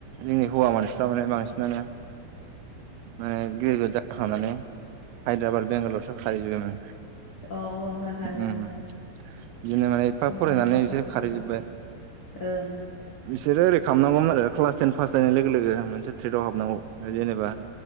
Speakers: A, on the right; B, on the left.
A: जोंनि हौवा मानसिफ्रा माने बांसिनानो माने ग्रेजुवेट जाखांनानै हायद्राबाद बेंगालरावसो खारहैजोबबायमोन
B: औ हौवाफोरा खारोआनो
A: ओम बिदिनो माने एफा
B: कम्पानिफ्राव
A: फरायनानै बिसोर
B: खारलांखायो
A: खारहैजोब्बाय
B: ओं
A: बिसोरो ओरै खालामनांगौमोन आरो क्लास टेन पास जानाय लोगो लोगो मोनसे ट्रेदआव हाबनांगौ जेनेबा